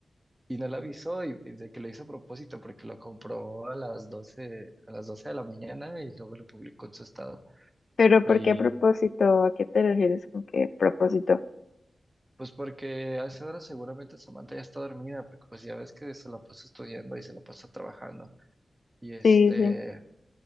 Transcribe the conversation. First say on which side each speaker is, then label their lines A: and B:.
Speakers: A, on the right; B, on the left.
A: y no la avisó y, y de que lo hizo a propósito porque lo compró a las doce a las doce de la mañana y luego lo publicó en su estado.
B: Pero ¿por
A: Y
B: qué propósito? ¿A qué te refieres con qué propósito?
A: pues porque a esa hora seguramente Samantha ya está dormida, porque pues ya ves que se la pasa estudiando y se la pasa trabajando. Y este...
B: Sí, sí.